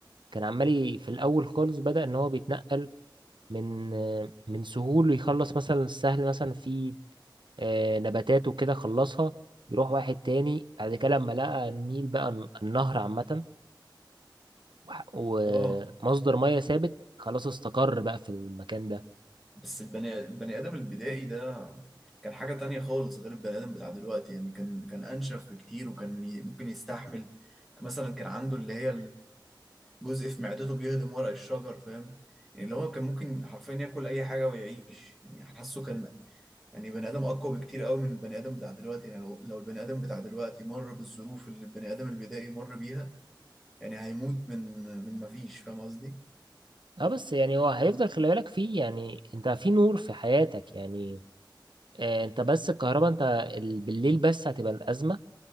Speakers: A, on the right (about 70°); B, in the centre.
A: كان عمال ي- في الاول خالص بدأ ان هو بيتنقل من آه، من سهول يخلص مثلا السهل مثلا في آه، نباتات وكده خلصها يروح واحد تاني بعد كده لما لقى النيل بقى الن- النهر عامة وح- ومصدر
B: اه
A: مية ثابت خلاص استقر بقى في المكان ده
B: بس البني البني آدم البدائي ده كان حاجة تانية خالص غير البني آدم بتاع دلوقتي يعني كان كان أنشف بكتير وكان ي- ممكن يستحمل مثلا كان عنده اللي هي الجزء في معدته بيهضم ورق الشجر فاهم يعني اللي هو كان ممكن حرفيا ياكل أي حاجة ويعيش يعني حاسه كان يعني بني آدم أقوى بكتير قوي من البني آدم بتاع دلوقتي يعني لو لو البني آدم بتاع دلوقتي مر بالظروف اللي البني آدم البدائي مر بيها يعني هيموت من من مفيش فاهم قصدي؟
A: اه بس يعني هو هيفضل خلي بالك فيه يعني انت في نور في حياتك يعني آه، انت بس الكهرباء انت ال- بالليل بس هتبقى الأزمة